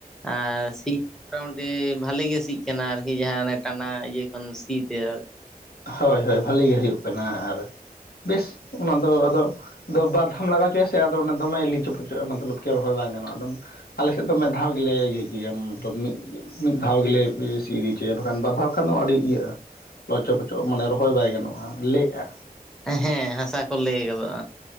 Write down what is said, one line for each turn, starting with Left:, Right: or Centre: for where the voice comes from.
Centre: ᱟᱨ ᱥᱤ, ᱢᱚᱴᱟᱢᱩᱴᱤ ᱵᱷᱟᱞᱮ ᱜᱮ ᱥᱤᱜ ᱠᱟᱱᱟ ᱟᱨᱠᱤ ᱡᱟᱦᱟᱸ ᱚᱱᱮ ᱴᱟᱱᱟ ᱤᱭᱟᱹ ᱠᱷᱚᱱ ᱥᱤ ᱛᱮ ᱟᱨ,
Left: ᱦᱳᱭ ᱦᱳᱭ ᱵᱷᱟᱹᱞᱮ ᱜᱮ ᱦᱩᱭᱩᱜ ᱠᱟᱱᱟ ᱟᱨ ᱵᱮᱥ ᱚᱱᱟ ᱫᱚ ᱟᱫᱚ ᱫᱚ ᱵᱟᱨ ᱫᱷᱟᱢ ᱞᱟᱜᱟᱣ ᱪᱚᱭᱟ ᱥᱮ ᱟᱫᱚ ᱚᱱᱟ ᱫᱚᱢᱮ ᱞᱤᱪᱚ ᱯᱚᱪᱚ, ᱼᱟ ᱢᱚᱛᱞᱚᱵ ᱠᱤ ᱨᱚᱦᱚᱭ ᱵᱟᱝ ᱜᱟᱱᱚᱜᱼᱟ ᱟᱫᱚᱢ ᱟᱞᱮᱥᱮᱫ ᱫᱚ ᱢᱮᱫ ᱫᱷᱟᱣ ᱨᱮ ᱜᱮᱞᱮ ᱤᱭᱟᱹ ᱪᱚᱭᱟ ᱢᱚᱛᱞᱚᱵ ᱢᱤᱜ, ᱢᱤᱫ ᱫᱷᱟᱣ ᱜᱮᱞᱮ ᱵᱮ ᱥᱤ ᱤᱫᱤ ᱦᱚᱪᱚᱭᱟ ᱵᱟᱠᱷᱟᱱ ᱵᱟᱨ ᱫᱷᱟᱣ ᱠᱷᱟᱱ ᱫᱚ ᱟᱹᱰᱤ ᱤᱭᱟᱹᱜᱼᱟ᱾ ᱪᱚᱜ ᱢᱟᱱᱮ ᱨᱚᱦᱚᱭ ᱵᱟᱭ ᱜᱟᱱᱚᱜᱼᱟ ᱞᱮᱜᱼᱟ᱾
Centre: ᱦᱮᱸ ᱦᱟᱥᱟ ᱠᱚ ᱞᱮᱭ ᱜᱚᱫᱚᱜᱼᱟ᱾